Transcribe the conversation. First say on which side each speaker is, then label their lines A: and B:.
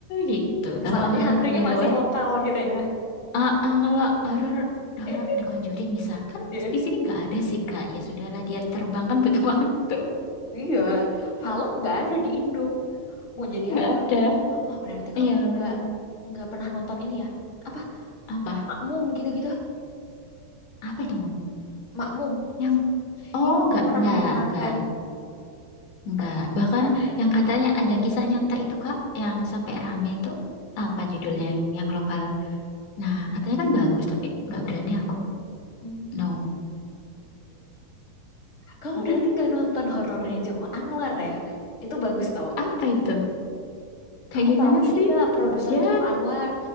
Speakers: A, on the left; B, on the left.
A: gitu.
B: Masalahnya
A: Kalau horor
B: hantunya
A: di
B: masih
A: luar
B: lokal gitu ya.
A: Ah, ah, kalau horor horor
B: Eh,
A: The Conjuring misal kan
B: iya,
A: di sini nggak ada sih Kak. Ya sudahlah dia terbang kan butuh <laughs> waktu.
B: Iya, Valak nggak ada di Indo. Mau jadi
A: Nggak
B: apa?
A: ada.
B: Oh, berarti
A: Iya
B: kamu nggak
A: bener.
B: nggak pernah nonton ini ya? Apa
A: Apa?
B: Makmum gitu-gitu?
A: Apa itu Mom?
B: Makmum.
A: Yang oh
B: Iya,
A: nggak
B: kurang
A: nggak
B: di pesantren.
A: nggak nggak. Bahkan
B: Ah,
A: yang katanya ada yang kisah nyata itu Kak, yang sampai rame itu apa judulnya yang, yang lokal. Nah katanya kan bagus tapi nggak berani aku.
B: Hmm.
A: No.
B: Kamu
A: <laughs>
B: berarti nggak nonton horornya Joko Anwar ya? Itu bagus tau.
A: Apa itu? Kayak
B: Kamu
A: gimana
B: tahu
A: sih?
B: ini nggak produser
A: Ya
B: Joko Anwar?